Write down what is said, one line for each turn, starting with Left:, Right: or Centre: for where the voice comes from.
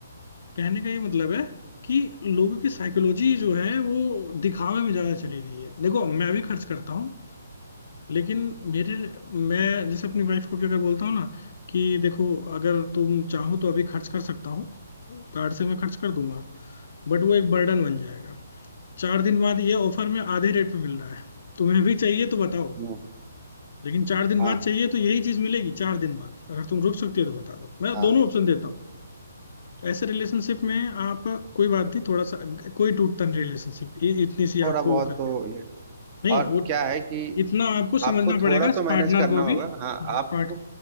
Left: कहने का ये मतलब है कि लोगों की साइकोलॉजी जो है वो दिखावे में ज्यादा चली गई है देखो मैं भी खर्च करता हूँ लेकिन मेरे मैं जैसे अपनी वाइफ को भी अगर बोलता हूँ ना कि देखो अगर तुम चाहो तो अभी खर्च कर सकता हूँ कार्ड से मैं खर्च कर दूंगा बट वो एक बर्डन बन जाएगा चार दिन बाद ये ऑफर में आधे रेट पे मिल रहा है तुम्हें भी चाहिए तो बताओ
Right: हाँ
Left: लेकिन चार दिन
Right: हाँ
Left: बाद चाहिए तो यही चीज मिलेगी चार दिन बाद अगर तुम रुक सकती हो तो बता दो मैं
Right: हाँ
Left: दोनों ऑप्शन देता हूँ ऐसे रिलेशनशिप में आप कोई बात नहीं थोड़ा सा कोई टूटता नहीं रिलेशनशिप इतनी सी आपको
Right: थोड़ा बहुत
Left: वो करके
Right: तो ये
Left: नहीं
Right: और
Left: वो
Right: क्या है कि
Left: इतना आपको
Right: आपको
Left: समझना
Right: थोड़ा
Left: पड़ेगा
Right: तो मैनेज
Left: पार्टनर
Right: करना
Left: को
Right: होगा
Left: भी
Right: हाँ
Left: पार्ट
Right: आपको